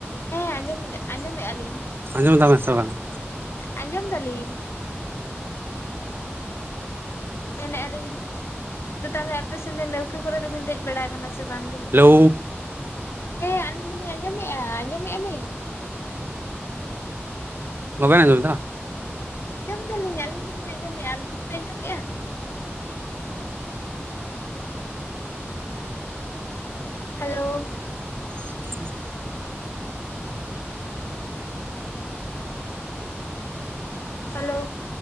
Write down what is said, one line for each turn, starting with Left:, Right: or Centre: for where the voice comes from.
Left: ᱦᱮᱸ ᱟᱸᱡᱚᱢ ᱫᱟ ᱟᱸᱡᱚᱢᱮᱜᱼᱟ ᱞᱤᱧ᱾
Right: ᱟᱸᱡᱚᱢ ᱫᱟ ᱵᱮᱱ ᱥᱮ ᱵᱟᱝᱼᱟ?
Left: ᱟᱸᱡᱚᱢ ᱫᱟᱹᱞᱤᱧ᱾ ᱢᱮᱱᱮᱜᱼᱟ ᱞᱤᱧ ᱛᱚ ᱛᱟᱦᱞᱮ ᱟᱯᱮ ᱥᱮᱱ ᱫᱚ ᱱᱟᱹᱣᱠᱟᱹ ᱠᱚᱨᱮ ᱫᱚ ᱵᱤᱱ ᱫᱮᱡ ᱵᱟᱲᱟ ᱠᱟᱱᱟ ᱥᱮ ᱵᱟᱝ ᱜᱮ,
Right: ᱦᱮᱞᱳ
Left: ᱦᱮᱸ ᱟᱹᱞᱤᱧ ᱫᱚᱞᱤᱧ ᱟᱸᱡᱚᱢᱮᱜᱼᱟ ᱟᱸᱡᱚᱢᱮᱜᱼᱟ ᱵᱤᱱ?
Right: ᱵᱟᱵᱮᱱ ᱟᱸᱡᱚᱢᱮᱫᱟ ᱵᱟᱝ?
Left: ᱟᱸᱡᱚᱢ ᱫᱟᱹᱞᱤᱧ ᱟᱹᱞᱤᱧ ᱫᱚᱞᱤᱧ ᱟᱸᱡᱚᱢᱮᱜᱼᱟ᱾ ᱟᱵᱤᱱ ᱵᱤᱱ ᱟᱸᱡᱚᱢᱮᱜᱼᱟ? ᱦᱟᱹᱞᱳ
Right: <inaudible>
Left: ᱦᱟᱹᱞᱳ᱾